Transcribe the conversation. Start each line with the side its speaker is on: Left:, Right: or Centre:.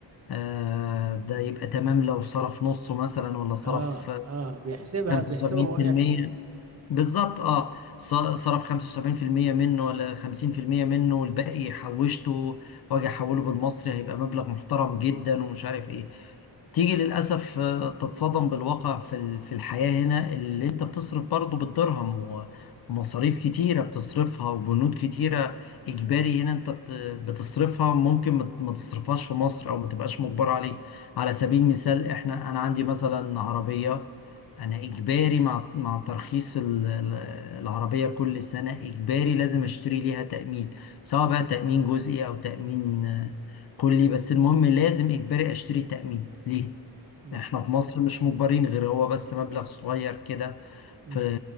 Left: آه ده يبقى تمام لو صرف نصه مثلا ولا صرف
Right: اه اه بيحسبها
Left: 75%
Right: بيحسبها وهو قاعد
Left: بالظبط اه ص- صرف 75% منه ولا 50% منه والباقي حوشته واجي احوله بالمصري هيبقى مبلغ محترم جدا ومش عارف ايه تيجي للأسف آه، تتصدم بالواقع في ال- في الحياة هنا اللي انت بتصرف برضه بالدرهم ومصاريف كتيرة بتصرفها وبنود كتيرة إجباري هنا انت بت- بتصرفها ممكن ما ما تصرفهاش في مصر أو ما تبقاش مجبر عليه على سبيل المثال احنا أنا عندي مثلا عربية انا اجباري مع مع ترخيص ال- ال- العربيه كل سنه اجباري لازم اشتري ليها تامين سواء بقى تامين جزئي او تامين آه، كلي بس المهم لازم اجباري اشتري تامين ليه
Right: امم
Left: احنا في مصر مش مجبرين غير هو بس مبلغ صغير كده
Right: امم
Left: في